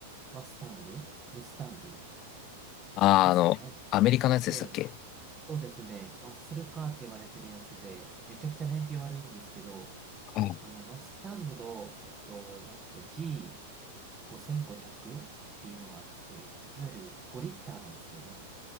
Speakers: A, on the right; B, on the left.
A: マスタングムスタング
B: あー、
A: ですかね。
B: あの、アメリカのやつでしたっけ
A: ええそうですね。マッスルカーって言われてるやつで、めちゃくちゃ燃費悪いんですけど、
B: あ、
A: あの、マスタングの、えっと、なんていうっけ、G5500 っていうのがあって、いわゆる5リッターなんですよね。